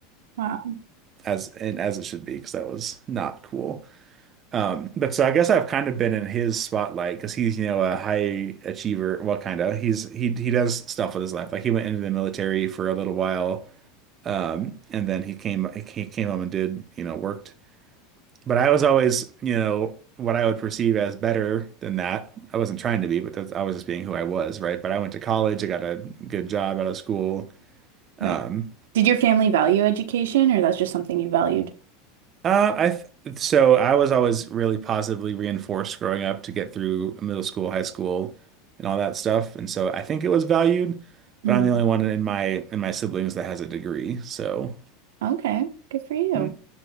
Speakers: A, on the right; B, on the right.
A: Wow.
B: as and as it should be because that was not cool. Um, but so I guess I've kind of been in his spotlight because he's you know a high achiever. Well, kind of. He's he he does stuff with his life. Like he went into the military for a little while, um, and then he came he came home and did you know worked But I was always, you know, what I would perceive as better than that. I wasn't trying to be, but that's, I was just being who I was, right? But I went to college, I got a good job out of school.
A: Right.
B: Um,
A: Did your family value education or that's just something you valued?
B: uh, I th so I was always really positively reinforced growing up to get through middle school, high school, and all that stuff. And so I think it was valued,
A: Mm.
B: but I'm the only one in my in my siblings that has a degree. So
A: Okay. Good for you.
B: n-